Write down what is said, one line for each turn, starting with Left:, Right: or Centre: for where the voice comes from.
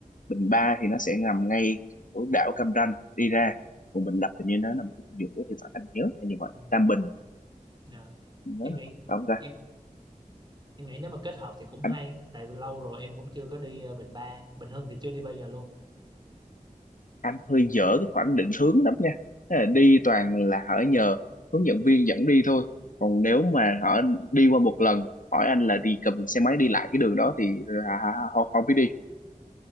Left: Bình Ba thì nó sẽ nằm ngay ở đảo Cam Ranh đi ra còn Bình Lập thì như nó nằm khúc giữa thì phải anh nhớ là như vậy
Right: ừ.
Left: Tam Bình
Right: Ờ.
Left: nhớ
Right: em
Left: là
Right: nghĩ
Left: vậy, phải không ta
Right: em em nghĩ nếu mà kết hợp thì cũng hay
Left: anh
Right: tại vì lâu rồi em cũng chưa có đi ờ, Bình Ba Bình Hưng thì chưa đi bao giờ luôn
Left: anh hơi dở cái khoảng định hướng lắm nha Thế là đi toàn là hỏi nhờ hướng dẫn viên dẫn đi thôi còn nếu mà họ đi qua một lần hỏi anh là đi cầm xe máy đi lại cái đường đó thì họ họ, họ không biết đi